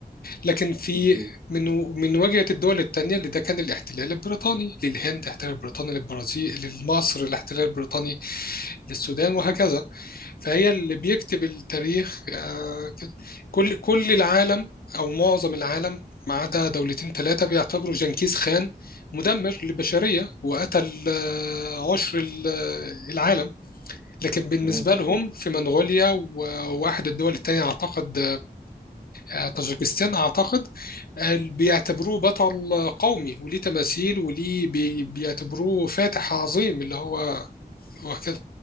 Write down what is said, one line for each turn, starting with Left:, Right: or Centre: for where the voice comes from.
Left: لكن في
Right: مظبوط
Left: من من واجهة الدول التانية اللي ده كان الاحتلال البريطاني للهند احتلال بريطاني للبرازيل لمصر الاحتلال البريطاني للسودان وهكذا فهي اللي بيكتب التاريخ آه، كده كل كل العالم او معظم العالم ما عدا دولتين ثلاثه بيعتبروا جنكيز خان مدمر للبشريه وقتل آه، عشر ال- آه، العالم لكن بالنسبه
Right: تمام مظبوط
Left: لهم في منغوليا وواحد الدول التانية اعتقد آه، طاجيكستان اعتقد آه، بيعتبروه بطل قومي وليه تماثيل وليه بي- بيعتبروه فاتح عظيم اللي هو هو كده